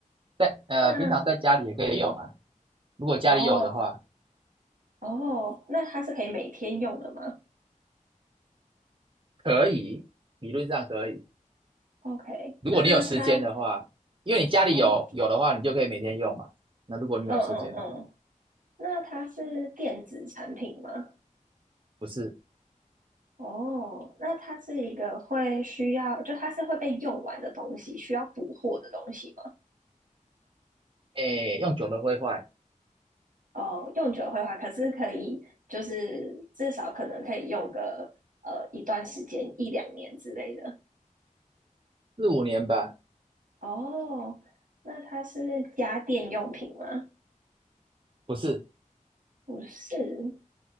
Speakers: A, on the right; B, on the right.
A: 在呃，
B: 那
A: 平常在家里也可以用啊。如果家里有的话，
B: 哦哦，那它是可以每天用的吗
A: 可以，理论上可以。
B: ？OK，
A: 如果你有时间的话，
B: 那它
A: 因为你家里有有的话，
B: 哦，
A: 你就可以每天用嘛。那如果你有时间的话，
B: 嗯嗯嗯，那它是电子产品吗？
A: 不是，
B: 哦，那它是一个会需要，就它是会被用完的东西，需要补货的东西吗？
A: 哎，用久了会坏，
B: 哦，用久会坏，可是可以，就是至少可能可以用个呃一段时间，一两年之类的。
A: 四五年吧，
B: 哦，那它是家电用品吗？
A: 不是，
B: 不是，